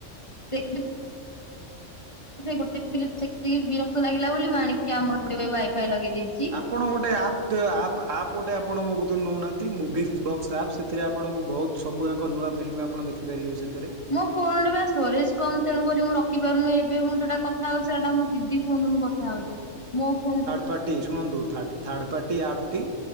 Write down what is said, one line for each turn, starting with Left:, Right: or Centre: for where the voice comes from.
Left: <unintelligible> ସେ ଗୋଟେ ଫିଲ୍ମିମ ଦେଖିକି ବିରକ୍ତ ଲାଗିଲା ବୋଲି ମୁଁ ଆଣି କି ଆମ ହେପଟେ ୱାଇ ଫାଇ ଲଗେଇ ଦେଇଛି।
Right: ଆପଣ ଗୋଟେ ଆପ୍ ଦ ଆପ୍ ଅପ୍ ଗୋଟେ ଆପଣ ମୋ କତିରୁ ନେଉନାହାଁନ୍ତି ମୁଭିକ୍ସ୍ ବକ୍ସ ଆପ୍ ସେ ସେଥିରେ ଆପଣଙ୍କୁ ବହୁତ ସବୁଯାକ ନୂଆ ଫିଲ୍ମ ଆପଣ ଦେଖିପାରିବେ ସେଥିରେ।
Left: ମୋ ଫୋନ ବା ଷ୍ଟୋରେଜ୍ କମ୍ ତେଣୁ କରି ମୁଁଖିପାରୁନି ଏବେ ମୁଁ ଯୋଉଟା କଥାଉ ସେଇଟା ମୋ ଦିଦି ଫୋନ୍ ରେ ମୁଁ କଥା ହଉଛି ମୋ ଫୋନ
Right: ପଟି ଶୁଣନ୍ତୁ ଥାର୍ଡ଼ ଥାଡ୍ ପାଟି ଆପ୍ ଟି